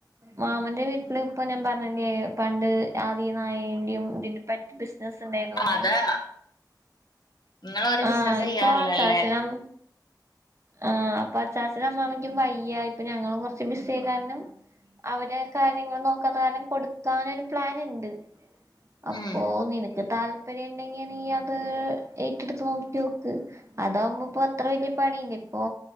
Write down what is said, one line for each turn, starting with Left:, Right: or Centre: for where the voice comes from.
Right: മാമന്റെ വീട്ടില് ഇപ്പൊ ഞാൻ പറഞ്ഞ്ല്ലേ പണ്ട് ആദ്യ നായന്റെീം ഇതിൻ്റീം പേറ്റ് ബിസ് നസ്സ് ണ്ടായിന്നുന്ന്
Left: അതാ നിങ്ങള് ഒരു
Right: ആഹ്
Left: ബിസിനസ് ചെയ്യാറില്ലല്ലേ
Right: ഇപ്പൊ അച്ഛാചനും ആഹ് അപ്പ അച്ചാച്ചനും അമ്മാമയ്ക്കും വയ്യ ഇപ്പൊ ഞങ്ങളും കോറച്ച് ബിസ്സി ആയ കാരണം അവരെ കാര്യങ്ങള് നോക്കാത്ത കാരണം കൊട്ക്കാനൊരു പ്ലാന് ണ്ട് അപ്പോ
Left: ഉം
Right: നിനക്ക് താൽ - പര്യാ ണ്ടെങ്കി നീ അത് ഏറ്റെടുത്ത് നോക്ക്യേക്ക് അതകുമ്പോ പ്പൊ അത്ര വല്യ പണില്ല ഇപ്പൊ